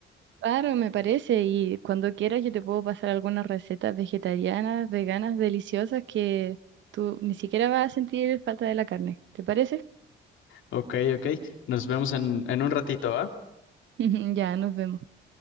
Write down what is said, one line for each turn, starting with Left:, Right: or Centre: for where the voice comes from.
Right: Claro, me parece. Y cuando quieras, yo te puedo pasar algunas recetas vegetarianas, veganas, deliciosas que tú ni siquiera vas a sentir falta de la carne. ¿Te parece?
Left: Ok, ok. Nos vemos en, en un ratito, ¿va?
Right: <laughs> Ya, nos vemos.